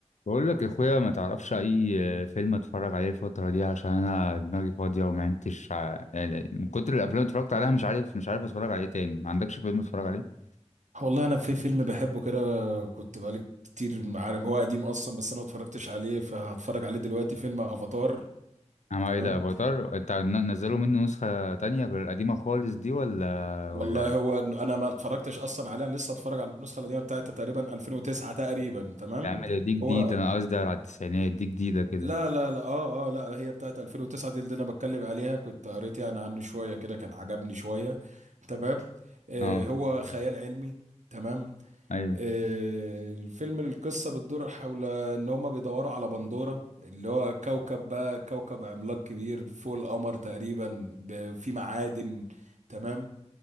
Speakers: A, on the left (about 80°); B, on the right (about 85°).
A: بقول لك يا اخويا ما تعرفش اي فيلم اتفرج عليه الفتره دي عشان انا دماغي فاضيه وما عدتش ع- يعني من كتر الافلام اللي اتفرجت عليها مش عارف مش عارف اتفرج عليه تاني ما عندكش فيلم اتفرج عليه
B: والله انا في فيلم بحبه كده كنت بقالي كتير عارف هو قديم اصلا بس انا ما اتفرجتش عليه فهتفرج عليه دلوقتي فيلم افاتار
A: اما
B: تمام
A: ايه ده افاتار انت ن- نزلوا منه نسخه تانية غير القديمه خالص دي ولا
B: والله
A: ولا
B: هو إن انا ما اتفرجتش اصلا عليه انا لسه هتفرج على النسخه القديمه بتاعت تقريبا 2009 تقريبا تمام
A: يا عم ده دي جديده
B: هو
A: انا قصدي على التسعينات دي جديده كده
B: لا لا لا اه اه لا هي بتاعت 2009 دي اللي انا بتكلم عليها كنت قريت يعني عنه شويه كده كان عجبني شويه تمام آه
A: اه
B: هو خيال علمي تمام
A: ايوه
B: آه، الفيلم القصة بتدور حول ان هما بيدوروا على بندورة اللي هو كوكب بقى كوكب عملاق كبير فوق القمر تقريبا ب- فيه معادن تمام